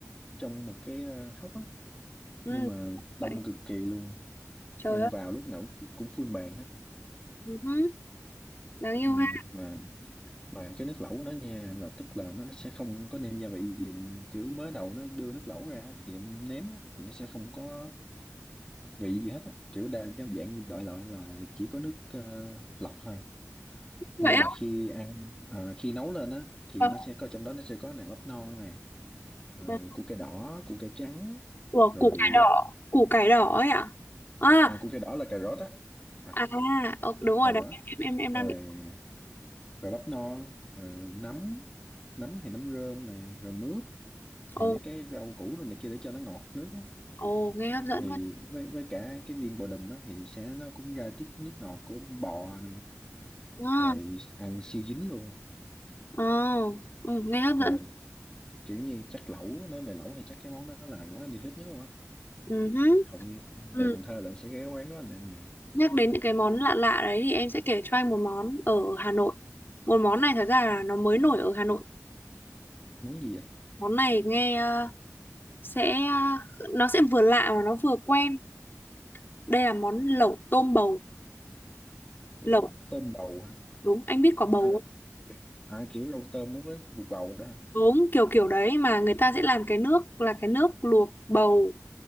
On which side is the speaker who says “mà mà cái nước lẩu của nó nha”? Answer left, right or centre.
Left